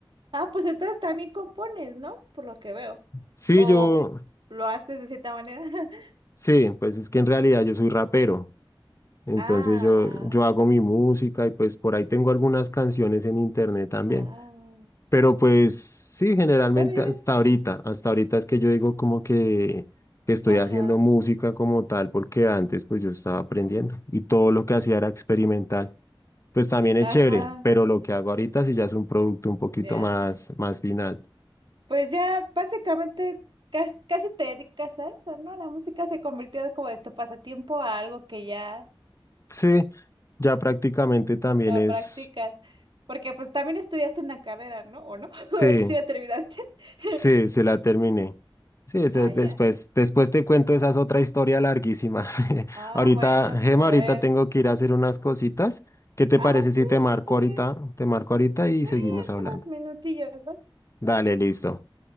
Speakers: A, on the right (about 65°); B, on the left (about 35°).
A: Ah, pues entonces también compones, ¿no? Por lo que veo.
B: Sí,
A: O
B: yo...
A: lo haces de cierta manera. <laughs>
B: Sí, pues es que en realidad yo soy rapero, entonces
A: Ah,
B: yo, yo hago mi música y pues por ahí tengo algunas canciones en internet también,
A: ah,
B: pero pues sí, generalmente
A: está bien.
B: hasta ahorita, hasta ahorita es que yo digo como que, que estoy
A: Ajá,
B: haciendo música como tal, porque antes pues yo estaba aprendiendo y todo lo que hacía era experimental, pues también es
A: ajá,
B: chévere, pero lo que hago ahorita sí ya es un producto un poquito
A: ya.
B: más, más final.
A: Pues ya básicamente casi, casi te dedicas a eso, ¿no? La música se convirtió como de tu pasatiempo a algo que ya
B: Sí, ya prácticamente también
A: la
B: es,
A: practicas. Porque pues también estudiaste una carrera, ¿no? ¿O no? <laughs>
B: sí.
A: ¿Sí la terminaste? <laughs>
B: Sí, sí la terminé. Sí, ese-
A: Ah,
B: después,
A: ya.
B: después te cuento, esa es otra historia larguísima. <laughs>
A: Ah,
B: Ahorita,
A: bueno,
B: Gema,
A: a
B: ahorita
A: ver.
B: tengo que ir a hacer unas cositas. ¿Qué te
A: Ah,
B: parece
A: sí,
B: si te marco
A: está bien.
B: ahorita? Te marco ahorita y
A: Sí,
B: seguimos
A: en
B: hablando.
A: unos minutillos, ¿no?
B: Dale, listo.